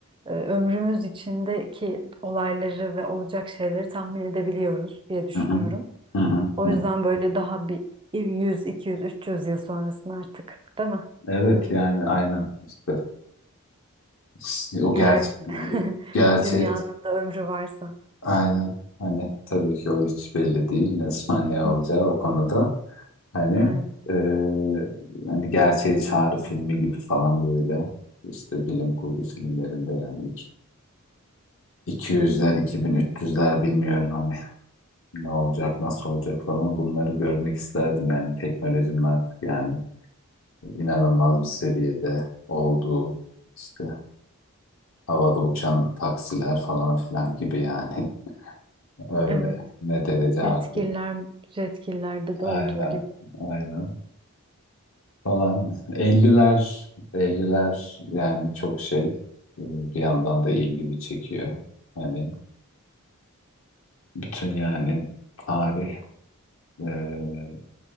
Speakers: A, on the right; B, on the left.
A: e, ömrümüz içindeki olayları ve olacak şeyleri tahmin edebiliyoruz diye düşünüyorum.
B: Hı hı. Hı hı.
A: O
B: hı. hı.
A: yüzden böyle daha bir 100, 200, 300 yıl sonrasında artık, değil mi?
B: Evet yani aynen işte. İşte O gerçek
A: Eğer <laughs>
B: gerçeği
A: dünyanın da ömrü varsa.
B: Aynen. Hani tabii ki o hiç belli değil. Ne zaman
A: <laughs>
B: ne olacağı o konuda. Hani
A: Aynen.
B: e, hani gerçeğe çağrı filmi gibi falan böyle. işte bilim kurgu filmlerinde yani 2200'ler, 2300'ler bilmiyorum hani ne olacak, nasıl olacak falan bunları görmek isterdim. Yani teknolojinin artık yani inanılmaz bir seviyede olduğu işte havada uçan taksiler falan filan gibi yani <laughs> öyle
A: Evet.
B: ne derece artık
A: Jetgiller, jetgillerde
B: Aynen.
A: de olduğu gibi.
B: Aynen. Falan. elliler elliler yani çok şey e, bir yandan da ilgimi çekiyor. Hani bütün yani tarih e,